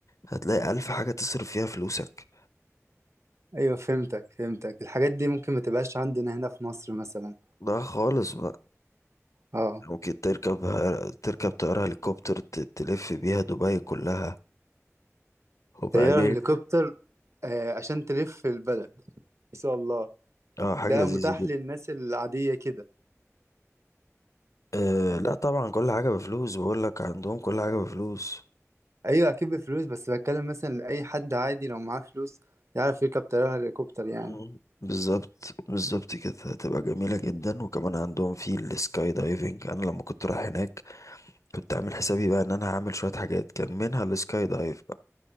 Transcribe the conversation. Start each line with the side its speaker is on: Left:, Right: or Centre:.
Left: هتلاقي ألف حاجة تصرف فيها فلوسك
Right: ايوه فهمتك فهمتك الحاجات دي ممكن ما تبقاش عندنا هنا في مصر مثلا
Left: ده خالص بقى
Right: اه
Left: ممكن تركب تركب طيارة هليكوبتر ت- تلف بيها دبي كلها وبعدين
Right: طيارة هليكوبتر آه عشان تلف في البلد ما شاء الله
Left: اه حاجة
Right: ده
Left: لذيذة
Right: متاح
Left: جدا
Right: للناس العادية كده
Left: آه
Right: ولا
Left: لا
Right: إيه؟
Left: طبعا كل حاجة بفلوس بقول لك عندهم كل حاجة بفلوس
Right: ايوه اكيد بفلوس بس بتكلم مثلا لاي حد عادي لو معاه فلوس يعرف يركب طيارة هليكوبتر يعني
Left: مم. بالظبط بالظبط كده هتبقى جميلة جدا وكمان عندهم في السكاي دايفنج انا لما كنت رايح هناك كنت عامل حسابي بقى ان انا هعمل شوية حاجات كان منها السكاي دايف